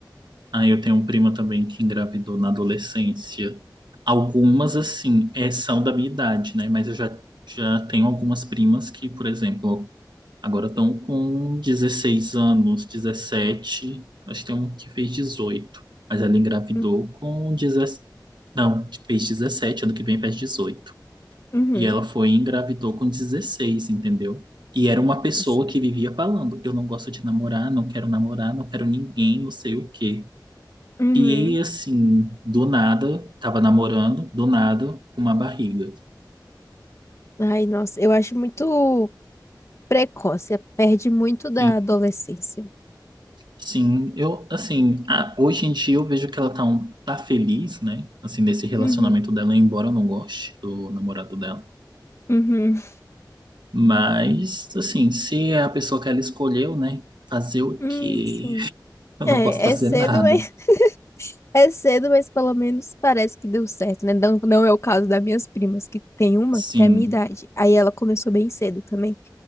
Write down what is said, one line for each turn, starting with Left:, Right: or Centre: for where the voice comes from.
Right: Aí eu tenho uma prima também que engravidou na adolescência. Algumas, assim, é, são da minha idade, né? Mas eu já, já tenho algumas primas que, por exemplo, Agora estão com 16 anos, dezessete Acho que tem um que fez dezoito Mas ela engravidou
Left: Hum,
Right: com 17. Não, fez 17, ano que vem faz dezoito
Left: Uhum.
Right: E ela foi e engravidou com dezesseis entendeu? E era uma pessoa
Left: assim.
Right: que vivia falando: eu não gosto de namorar, não quero namorar, não quero ninguém, não sei o quê.
Left: Uhum.
Right: E aí, assim, do nada, tava namorando, do nada, com uma barriga.
Left: Ai, nossa, eu acho muito precoce, perde muito da
Right: sim
Left: adolescência.
Right: Sim, eu, assim, a- hoje em dia eu vejo que ela tá, um- tá feliz, né? Assim, nesse relacionamento
Left: Uhum.
Right: dela, embora eu não goste do namorado dela.
Left: Uhum.
Right: Mas, assim, se é a pessoa que ela escolheu, né? Fazer o
Left: Hum,
Right: quê?
Left: sim.
Right: <laughs> Eu
Left: É,
Right: não posso fazer
Left: é cedo,
Right: nada.
Left: mas <laughs> é cedo, mas pelo menos parece que deu certo, né? Não, não é o caso das minhas primas, que tem uma
Right: Sim.
Left: que tem a minha idade. Aí ela começou bem cedo também.